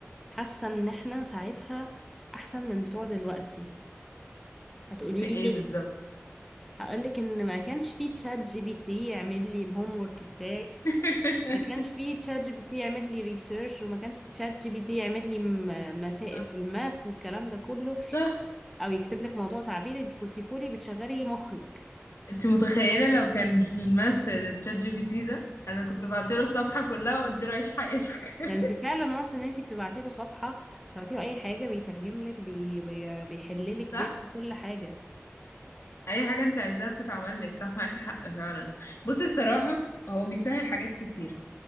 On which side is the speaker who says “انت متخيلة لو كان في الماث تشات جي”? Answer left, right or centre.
Left